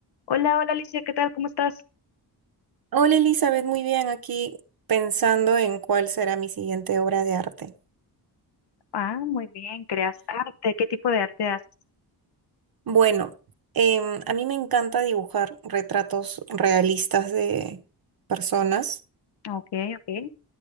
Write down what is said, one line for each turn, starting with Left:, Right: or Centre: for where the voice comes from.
Left: Hola, hola Alicia, ¿qué tal? ¿Cómo estás?
Right: Hola Elizabeth, muy bien, aquí pensando en cuál será mi siguiente obra de arte.
Left: Ah, muy bien, creas arte. ¿Qué tipo de arte haces?
Right: Bueno, em, a mí me encanta dibujar retratos realistas de personas.
Left: Ok, ok.